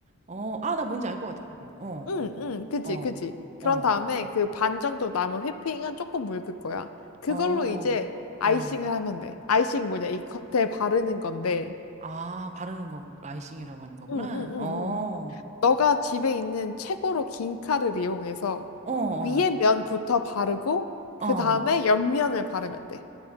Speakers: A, on the right (about 30°); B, on the left (about 75°).
A: 어, 아, 나 뭔지 알 것 같아 그거. 어,
B: 응, 응, 그지,
A: 어,
B: 그지. 그런
A: 어,
B: 다음에 그 반 정도 남은 휘핑은 조금 묽을 거야. 그걸로
A: 어,
B: 이제 아이싱을
A: 어,
B: 하면 돼. 아이싱 뭐냐? 이 겉에 바르는 건데.
A: 아, 바르는 거 라이싱이라고 하는 거구나.
B: 응, 응, 응,
A: 어,
B: 응. 너가 집에 있는 최고로 긴 칼을 이용해서
A: 어, 어,
B: 위에 면부터 바르고 그
A: 어.
B: 다음에 옆면을 바르면 돼.